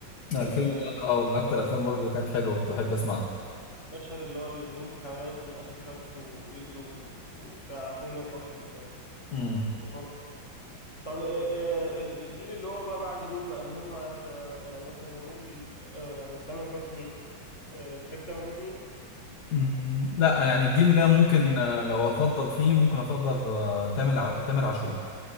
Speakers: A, on the left (about 60°); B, on the left (about 45°).
A: آه،
B: آه،
A: الفيلم ده اه من اكتر الافلام برضه كانت حلوه كنت بحب اسمعها
B: مشهد اللي هو جنينة الحيوانات والأسد فك ويجروا وبتاع عشان ما يدفعوش ال... ما
A: امم
B: يدفعوش الأكل. طب آه، آه، ال- الجيل اللي هو ما بعد دول بقى إن هم أنت يعني مثلا هنقول آه، تامر حسني آه، تحب تامر حسني؟
A: أمم، لا يعني الجيل ده ممكن آه، لو افضل فيه ممكن افضل آه، تامر ع- تامر عاشور